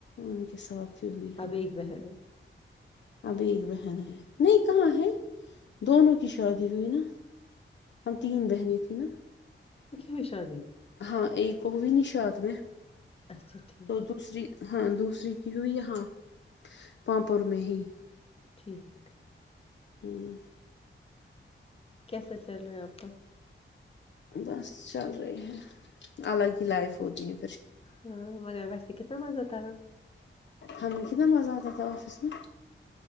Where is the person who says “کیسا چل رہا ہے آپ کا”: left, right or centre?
Left